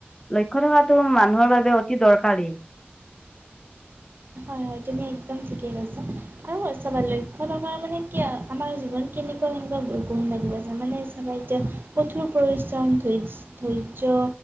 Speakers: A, on the left (about 15°); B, on the right (about 55°).
A: লক্ষ্য থকাটো মানুহৰ বাবে অতি দৰকাৰী।
B: হয় - হয় তুমি একদম ঠিকে কৈছা আৰু চবা লক্ষ্য থকা মানে কি আমাৰ জীৱন কেনেকুৱা কেনেকুৱা গুণ লাগিব যে মানে চাবা এতিয়া কঠোৰ পৰিশ্ৰম ধৈৰ্য্য